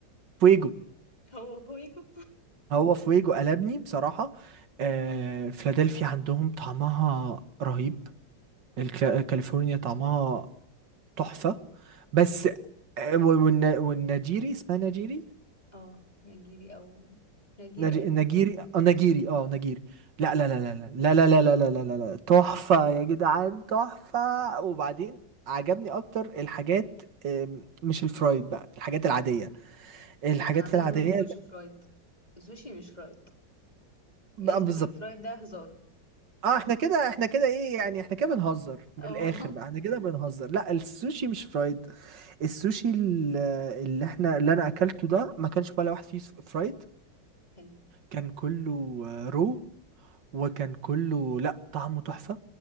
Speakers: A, on the right; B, on the left.
A: فويجو
B: <laughs> هو هويجو
A: هو فويجو قلبني بصراحة آه فيلادلفيا عندهم طعمها
B: امم
A: رهيب الكلا- كاليفورنيا طعمها تحفة بس آه، والن- والنجيري اسمها نجيري
B: اه نيجيري او نيجيري
A: نج-
B: اي
A: نجيري
B: ثينك
A: اه نجيري
B: أمم.
A: اه نجيري لا لا لا لا لا لا لا لا لا لا لا لا لا تحفة يا جدعان تحفة وبعدين عجبني اكتر الحاجات آم، مش الفرايد بقى الحاجات العادية الحاجات
B: انا عامه
A: العادية
B: ما باكلش فرايد السوشي مش فرايد
A: بقى
B: الناس بتوع
A: بالظبط
B: الفرايد ده هزار
A: اه احنا كده احنا كده ايه يعني احنا كده بنهزر
B: اه
A: من الاخر بقى احنا كده بنهزر لا السوشي مش فرايد السوشي ال- اللي احنا اللي انا اكلته ده ما كانش ولا واحد فيه فرايد
B: حلو
A: كان كله آه، رو وكان كله لا طعمه تحفة